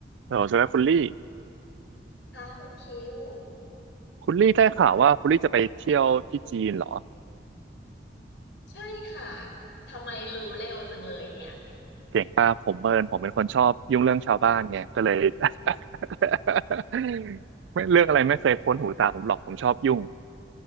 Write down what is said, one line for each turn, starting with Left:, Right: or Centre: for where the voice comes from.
Right: เออสวัสดีครับคุณลี่
Left: ค่ะคุณคิว
Right: คุณลี่ได้ข่าวว่าคุณลี่จะไปเที่ยวที่จีนเหรอ
Left: ใช่ค่ะทำไมรู้เร็วจังเลยเนี่ย
Right: เก่งป่ะผมเมินผมเป็นคนชอบยุ่งเรื่องชาวบ้านไงก็เลย <laughs> ไม่เรื่องอะไรไม่เคยพ้นหูตาผมหรอกผมชอบยุ่ง